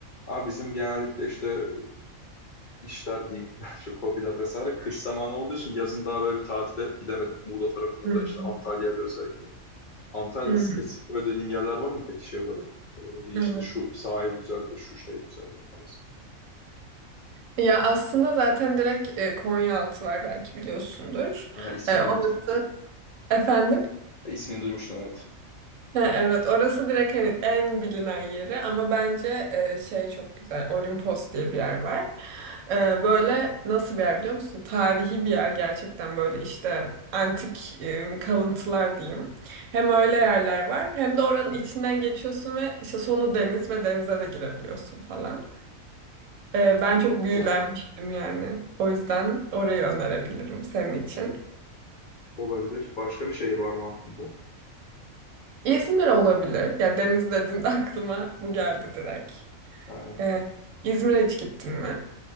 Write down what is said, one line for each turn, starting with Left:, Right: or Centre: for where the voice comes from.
Left: Ama bizim genellikle işte işler diyeyim, <laughs> daha çok hobiler vesaire kış zamanı olduğu için yazın daha böyle bir tatile gidemedim. Muğla tarafına
Right: Hı hı.
Left: da işte Antalya'ya da özellikle. Antalya'da
Right: Hı.
Left: spesifik böyle dediğin yerler var mı peki şey olarak? E, bir işte
Right: Evet.
Left: şu sahil güzeldir, şu şey güzeldir tarzı.
Right: Ya aslında zaten direkt e, Konyaaltı var belki biliyorsundur.
Left: Ha, ismini
Right: E, orası
Left: duymuştum.
Right: efendim.
Left: Ha, ismini duymuştum evet.
Right: Ha, evet orası direkt hani en bilinen yeri ama bence e, şey çok güzel Olimpos diye bir yer var. E, böyle nasıl bir yer biliyor musun? Tarihi bir yer gerçekten böyle işte antik e, kalıntılar diyeyim. Hem öyle yerler var hem de oranın içinden geçiyorsun ve işte sonu deniz ve denize de girebiliyorsun falan. E, ben çok
Left: Çok güzel.
Right: büyülenmiştim yani. O yüzden orayı önerebilirim senin için.
Left: Olabilir. Başka bir şehir var mı aklında?
Right: İzmir olabilir. Ya deniz dediğinde <laughs> aklıma bu geldi direkt.
Left: Aynen.
Right: Ee, İzmir'e hiç gittin mi?